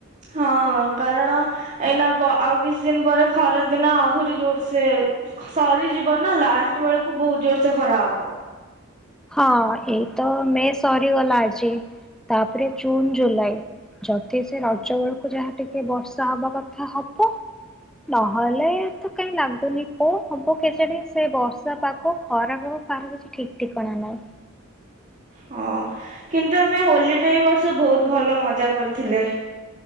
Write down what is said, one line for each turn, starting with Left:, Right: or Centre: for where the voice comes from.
Right: ହଁ କାରଣ ଏଇନା ଆଉ କିଛି ଦିନ ପରେ ଖରା ଦିନ ଆହୁରି ଜୋରସେ ସରିଯିବ ନା ଲାଷ୍ଟ ବେଳକୁ ବହୁତ ଜୋରସେ ଖରା ହବ।
Centre: ହଁ ଏଇ ତ ମେ ସରିଗଲା ଆଜି ତାପରେ ଜୁନ ଜୁଲାଇ ଯଦି ସେ ରଜ ବେଳକୁ ଯାହାଟିକେ ବର୍ଷା ହବାକଥା ହବ ନହଲେ ତ କାଇଁ ଲାଗୁନି କଣ ହେବ କେଜାଣି ସେ ବର୍ଷାପାଗ ଖରାପାଗ କାହାର କିଛି ଠିକ ଠିକଣା- ପଣା ନାଇ
Right: ହଁ କିନ୍ତୁ ଆମେ ହୋଲିରେ ଏଇ ବର୍ଷ ବହୁତ ଭଲ ମଜା କରିଥିଲେ।